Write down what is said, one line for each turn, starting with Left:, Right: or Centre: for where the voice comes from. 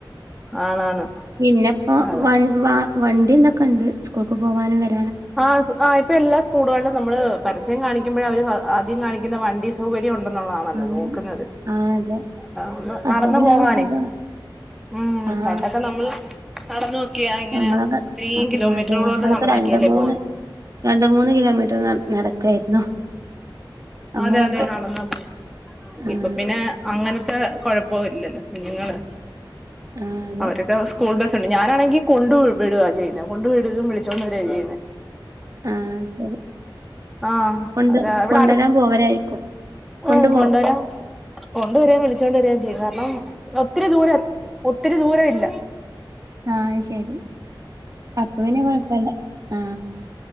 Centre: ആണാണ്
Right: പിന്നെപ്പോ
Centre: അതെ
Right: വൺ വാ വണ്ടി ഇതെക്കെ ണ്ട് സ്കൂൾക്ക് പോകാനും വരാ
Centre: ആ ആ ഇപ്പൊ എല്ലാ സ്കൂളുകളിലും നമ്മള് പരസ്യം കാണിക്കുമ്പഴ അവർഅ ആദ്യം കാണിക്കുന്ന വണ്ടി സൗകര്യോണ്ട് ട്ടുന്നതാണല്ലോ
Right: ആഹ്
Centre: നോക്കുന്നത്
Right: ആഹ് അതെ
Centre: അ
Right: അപ്പം
Centre: നടന്ന
Right: പിന്നെ
Centre: പോകാനെ
Right: അത് സുഖാണ്
Centre: ഉം
Right: ആഹ്
Centre: പണ്ടൊക്കെ നമ്മൾ നടന്ന ക്യാ ഇങ്ങനെ
Right: നമ്മളൊക്കെ
Centre: ഒത്തിരീം
Right: ആഹ്
Centre: കിലോമീറ്ററുകളോളം
Right: അതെ നമ്മളൊക്കെ
Centre: നടന്ന്
Right: രണ്ട്
Centre: ലെ
Right: മൂന്ന്
Centre: പോ
Right: രണ്ട് മൂന്ന് കിലോമീറ്റർ നട നടക്കായിരുന്നു നമ്മളൊക്കെ
Centre: അതെ അതെ നടന്നപോയ്
Right: ആഹ്
Centre: ഇപ്പ പിന്നെ അങ്ങനത്തെ കൊഴപ്പോ ഇല്ലല്ലോ കുഞ്ഞുങ്ങള്
Right: ആഹ് അതെ
Centre: അവരൊക്കെ സ്കൂൾ ബസ് ട്ടുണ്ട് ഞാനാണെങ്കി കൊണ്ട് വി വിടുവാ ചെയ്യുന്ന കൊണ്ട് വിടുക വിളിച്ചോണ്ട് വര യ്യു
Right: ആഹ് ശരി
Centre: ആ
Right: കൊണ്ട്
Centre: അത ഇവിടെ
Right: കൊണ്ടുവരാൻ
Centre: അടു
Right: പോവലായിരിക്കും കൊണ്ടു
Centre: ഉം
Right: പോ
Centre: കൊണ്ടോരാൻ കൊണ്ടുവരേം വിളിച്ചോണ്ട് വരേം ചെയ്യും കാരണം ഒത്തിരി ദൂരം ഒത്തിരി ദൂര ഇല്ല
Right: ആ അയ് ശരി അപ്പൊപിന്നെ കൊഴപ്പല്ല ആ